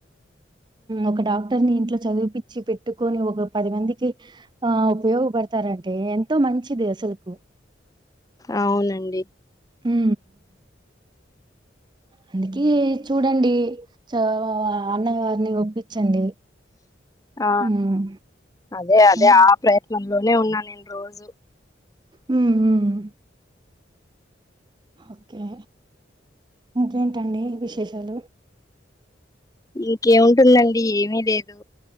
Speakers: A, on the right; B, on the left.
A: ఒక డాక్టర్ ని ఇంట్లో చదిపించి పెట్టుకొని ఒక పది మందికి ఆ ఉపయోగపడతారంటే ఎంతో మంచిది అసలుకు
B: అవునండి
A: ఉ అందుకే చూడండి చ అన్నయ్య వారిని ఒప్పించండి
B: ఆ
A: ఉమ్,
B: అదే అదే
A: అలా
B: ఆ ప్రయత్నం లోనే ఉన్నా నేను రోజు
A: మ్మ్ మ్మ్ ఓకే ఇంకేంటండి విశేషాలు
B: ఉమ్, ఇంకేముంటుందండి ఏమి లేదు